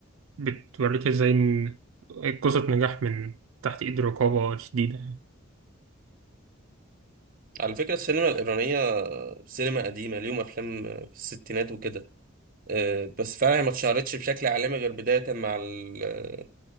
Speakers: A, on the right; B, on the right.
A: بتوريك ازاي إن قصه نجاح من تحت ايد رقابه شديده
B: على فكرة السينما الإيرانية سينما قديمة ليهم أفلام في الستينات وكده آه، بس فعلا هي ما اتشهرتش بشكل عالمي غير بداية مع ال-